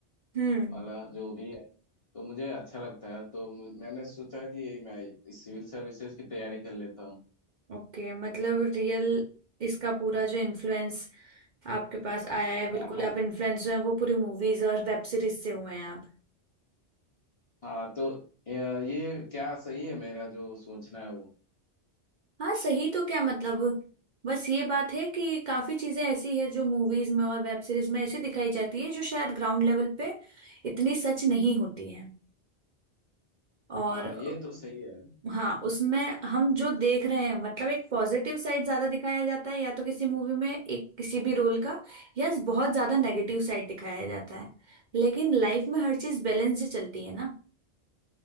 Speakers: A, on the right (about 50°); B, on the left (about 35°).
A: हम्म
B: वाला जो भी है तो मुझे अच्छा लगता है तो मु- मैंने सोचा कि मैं इस सिविल सर्विसेज की तैयारी कर लेता हूँ
A: ओके मतलब रियल इसका पूरा जो इन्फ्लुएंस आपके पास आया है
B: हाँ
A: बिल्कुल
B: हाँ
A: आप इन्फ्लुएंस जो है वो पूरी मूवीज और वेब सीरीज से हुए हैं आप
B: हाँ तो ये ये क्या सही है मेरा जो सोचना है वो
A: हाँ सही तो क्या मतलब बस ये बात है कि काफी चीजें ऐसी है जो मूवीज में और वेब सीरीज में ऐसी दिखाई जाती है जो शायद ग्राउंड लेवल पे इतनी सच नहीं होती है और
B: हाँ ये तो सही है
A: हाँ उसमें हम जो देख रहे हैं मतलब एक पॉजिटिव साइड ज्यादा दिखाया जाता है या तो किसी मूवी में एक किसी भी रोल का या बहुत ज्यादा नेगेटिव साइड दिखाया जाता है लेकिन लाइफ में हर चीज बैलेंस से चलती है ना